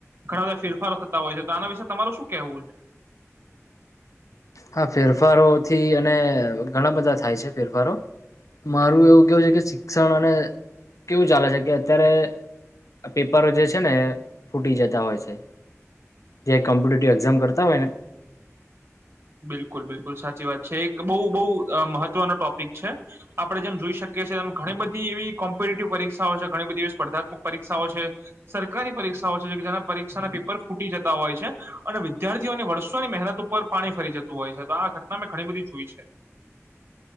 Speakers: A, on the right; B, on the left.
A: ઘણા બધા ફેરફાર થતા હોય છે તો આના વિશે તમારું શું કેહેવું છે
B: હા ફેરફારોથી અને ઘણા બધા થાય છે ફેરફારો મારું એવું કેવું છે કે શિક્ષણ અને કેવું ચાલે છે કે અત્યારે પેપરો જે છે ને ફૂટી જતા હોય છે જે કોમ્પિટેટિવ એક્ઝામ કરતા હોય ને
A: બિલકુલ બિલકુલ સાચી વાત છે એક બહુ બહ મહત્વનો ટોપિક છે આપડણે જેમ જોઈ શકીએ છીએ એમ ઘણી બધી એવી કોમ્પિટેટિવ પરીક્ષાઓ છે ઘણી બધી એવી સ્પર્ધાત્મક પરીક્ષાઓ છે સરકારી પરીક્ષાઓ છે જેના પરીક્ષાના પેપર ફૂટી જતા હોય છે અને વિદ્યાર્થીઓની વર્ષોની મહેનત ઉપર પાણી ફરી જતું હોય છે તો આ ઘટના મેં ઘણી બધી જોઈ છે